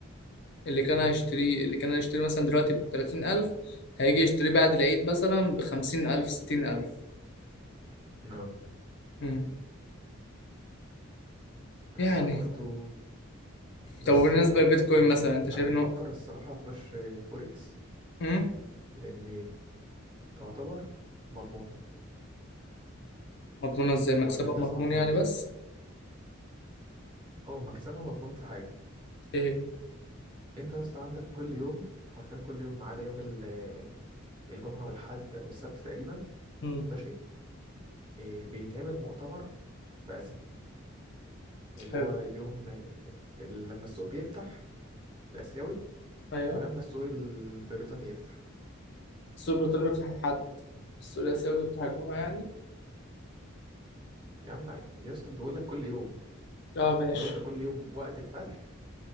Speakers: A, on the left (about 55°); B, on the right (about 25°).
A: اللي كان هيشتريه
B: امم
A: اللي كان هيشتري مثلا دلوقتي ب 30000 هيجي يشتريه بعد العيد مثلا ب 50000 60000
B: اه
A: امم
B: فبرضو
A: يعني
B: بس
A: طب وبالنسبه
B: هقول
A: للبيتكوين
B: لك حاجة
A: مثلا انت شايف
B: انا بفكر
A: انه
B: الصراحة اخش فوركس
A: امم
B: لان تعتبر مضمونة
A: مضمونه ازاي مكسبها
B: هقول لك
A: مضمون
B: اصلا مضمونة
A: يعني
B: ليه
A: بس
B: او مكسبها مضمون في حاجة
A: ايه
B: انت يا اسطى عندك كل يوم حرفيا كل يوم ما عدا يوم ال- آه، الجمعة والحد او السبت تقريبا
A: امم
B: ماشي إيه، بيتعمل مؤتمر في اسيا اللي
A: حلو
B: هو يوم ال- لما السوق بيفتح الآسيوي
A: ايوه
B: ولما السوق البريطاني يفتح
A: السوبر ايطالي بيفتح الحد السوري الاسيوي بيفتح الجمعة يعني
B: يا عم يا اسطى بيقول لك كل يوم
A: اه ماشي
B: اللي هو ده كل يوم وقت الفتح